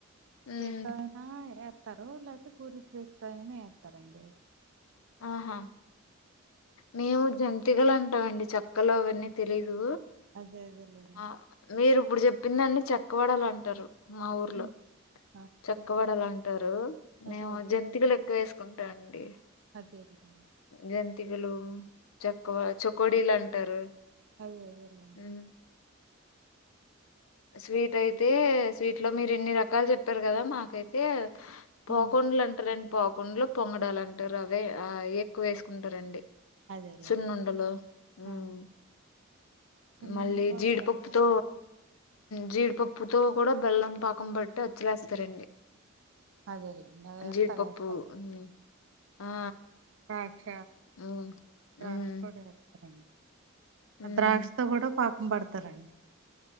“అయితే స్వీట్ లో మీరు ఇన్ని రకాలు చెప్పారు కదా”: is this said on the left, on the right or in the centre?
Left